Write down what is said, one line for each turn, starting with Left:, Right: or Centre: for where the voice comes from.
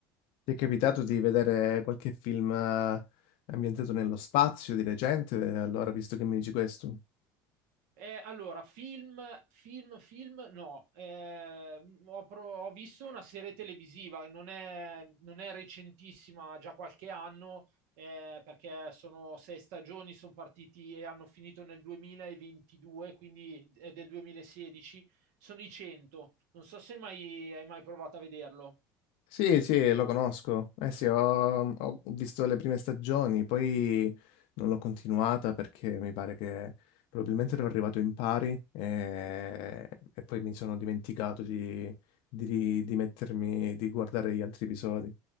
Left: Ti è capitato di vedere qualche film eh, ambientato nello spazio di recente? Allora, visto che mi dici questo.
Right: Eh, allora, film, film, film, no. Eh, ho, pro- ho visto una serie televisiva, non è, non è recentissima, ha già qualche anno, eh, perché sono sei stagioni, sono partiti e hanno finito nel 2022, quindi è del 2016. Sono i 100. Non so se mai, hai mai provato a vederlo.
Left: Sì, sì, lo conosco. Eh sì, ho, ho visto le prime stagioni, poi non l'ho continuata perché mi pare che probabilmente ero arrivato in pari e, e poi mi sono dimenticato di, di- di mettermi, di guardare gli altri episodi.